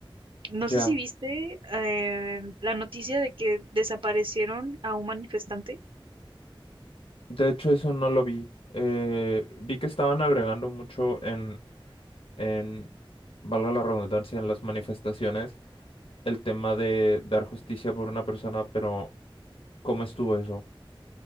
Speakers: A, on the right; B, on the left.
A: No
B: ya.
A: sé si viste eh, la noticia de que desaparecieron a un manifestante.
B: De hecho, eso no lo vi. Eh, vi que estaban agregando mucho en, en, valga la redundancia, en las manifestaciones, el tema de dar justicia por una persona, pero ¿cómo estuvo eso?